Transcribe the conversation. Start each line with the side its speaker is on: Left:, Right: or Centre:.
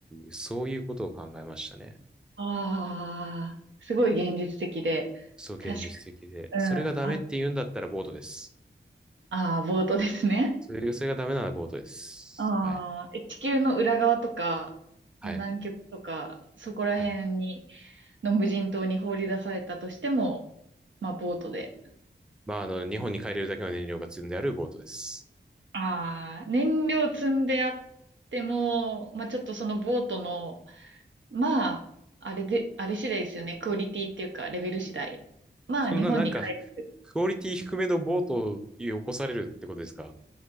Centre: そういうことを考えましたね。
Right: ああ、すごい現実的で。
Centre: そう、現実的で。
Right: 確か、
Centre: それがダメって言うんだったらボートです。
Right: うん、ある。ああ、ボートですね。
Centre: それ、それがダメならボートです。
Right: ああ、
Centre: はい。
Right: え地球の裏側とか、
Centre: はい。
Right: もう南極とか、そこら辺に、
Centre: はい。
Right: の無人島に放り出されたとしても、まあ、ボートで。
Centre: まあ、あの、日本に帰れるだけの燃料が積んであるボートです。
Right: ああ、燃料積んであっても、まあ、ちょっとそのボートの、まあ、あれで、あれ次第ですよね。クオリティっていうか、レベル次第。まあ、
Centre: そんななんか、
Right: 日本に帰る。
Centre: クオリティ低めのボートを起こされるってことですか